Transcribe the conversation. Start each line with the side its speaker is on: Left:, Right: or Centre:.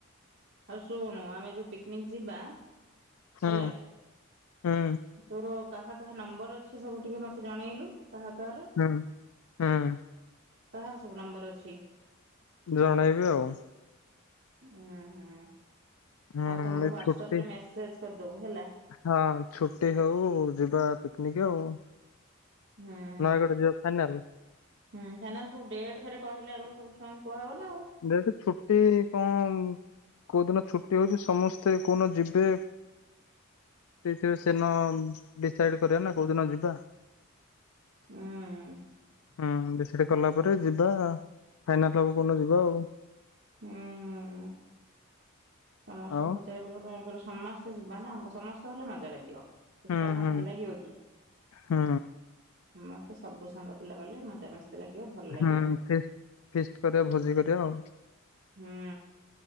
Right: ଆଉ ଶୁଣୁ ଆମେ ଯୋଉ ପିକ୍ନିକ୍ ଯିବା।
Left: ହୁଁ
Right: ହେଲା
Left: ହୁଁ।
Right: ତୋର କାହା କାହା ନମ୍ବର ଅଛି ସବୁ ଟିକେ ମତେ ଜଣେଇଲୁ କାହା କାହାର।
Left: ହୁଁ ହୁଁ।
Right: କାହାର ସବୁ ନମ୍ବର ଅଛି।
Left: ଜଣେଇବି ଆଉ।
Right: ଉଁ ହୁଁ
Left: ହୁଁ
Right: ହଉ ତୁ ମତେ
Left: ଏଇ
Right: ହ୍ଵାଟସପ୍
Left: ଛୁଟି
Right: ରେ ମେସେଜ କରିଦବୁ ହେଲା।
Left: ହଁ ଛୁଟି ହଉ ଯିବା ପିକନିକ୍ ଆଉ।
Right: ହୁଁ।
Left: ନୟାଗଡ଼ ଯିବା ଫାଇନାଲ।
Right: ହୁଁ ଫାଇନାଲ ତୁ ଡେଟ୍ ଫେରେ କହିଲେ ଆଗରୁ ସବୁ ଛୁଆଙ୍କୁ କୁହା ହବ ନା ଆଉ।
Left: ଡେଟ୍ ଛୁଟି କଁ। କୋଉ ଦିନ ଛୁଟି ହଉଛି ସମସ୍ତେ କୋନ ଯିବେ। ଫ୍ରି ଥିବେ ସେଇ ଦିନ ଡିସାଇଡ୍ କରିବା ନା କୋଉଦିନ ଯିବା।
Right: ଉଁ।
Left: ହୁଁ ହୁଁ ବିସେଠି କଲା ପରେ ଯିବା ଫାଇନାଲ ହବ କୋଉଦିନ ଯିବା ଆଉ।
Right: ହୁଁ। ସମସ୍ତଙ୍କୁ
Left: ଆଉ
Right: ପଚାରି ବାକୁ ପଡିବ କା କହିଲ ସମସ୍ତେ ଯିବା ନା। ସମସ୍ତେ ଗଲେ ମଜା ଲାଗିବ। ଏକା
Left: ହୁଁ
Right: କଣ
Left: ହୁଁ
Right: ଭଲ ଲାଗିବ କି?
Left: ହୁଁ।
Right: ସମସ୍ତେ ସବୁ ସାଙ୍ଗ ପିଲା ଗଲେ ମଜା ମସ୍ତି ଲାଗିବ। ଭଲ ଲାଗିବ
Left: ହୁଁ ଫି ଫିଷ୍ଟି କରିବା ଭୋଜି କରିବା ଆଉ।
Right: ହୁଁ।